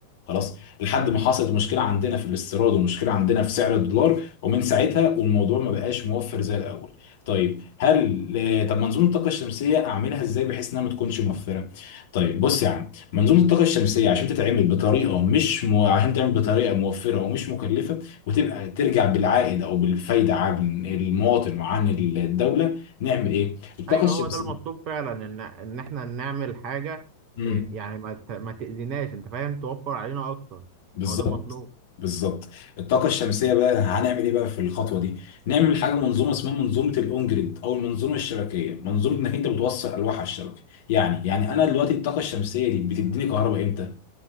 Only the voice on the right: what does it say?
مم.
ايوه
هو ده المطلوب فعلا ان ان احنا نعمل حاجه
إيه، يعني ما ت- ما تاذيناش انت فاهم توفر علينا اكتر
هو ده المطلوب